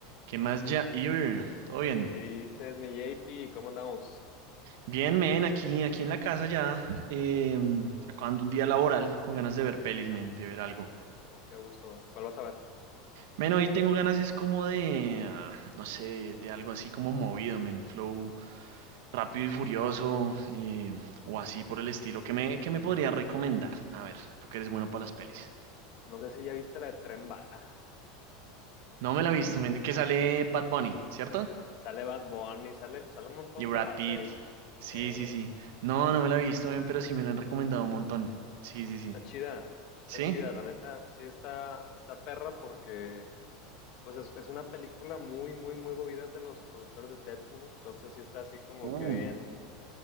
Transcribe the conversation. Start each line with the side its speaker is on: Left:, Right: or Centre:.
Right: ¿Qué más, Jair? ¿Todo bien?
Left: ¿Qué dices, mi JP? ¿Cómo andamos?
Right: Bien, men, aquí, aquí en la casa ya, eh, acabando un día laboral, con ganas de ver pelis, men, de ver algo.
Left: Oh, qué gusto. ¿Cuál vas a ver?
Right: Men, hoy tengo ganas, es como de, ah, no sé, de, de algo así como movido, men, flow rápido y furioso, eh, o así por el estilo. ¿Qué me, qué me podría recomendar? A ver, tú que eres bueno para las pelis.
Left: No sé si ya viste la de Tren Bala.
Right: No me la he visto, men, que sale Bad Bunny, ¿cierto?
Left: Sale Bad Bunny, sale, sale un montón
Right: Y Brad
Left: de raza
Right: Pitt.
Left: ahí.
Right: Sí,
Left: Eh,
Right: sí, sí. No, no me la he visto, men, pero sí me la han recomendado un montón. Sí, sí, sí.
Left: está chida, está
Right: Sí,
Left: chida, la neta. Sí está, está perra porque pues es, es una película muy, muy, muy movida es de los productores de Deadpool. Entonces sí está así como
Right: uh,
Left: que bien,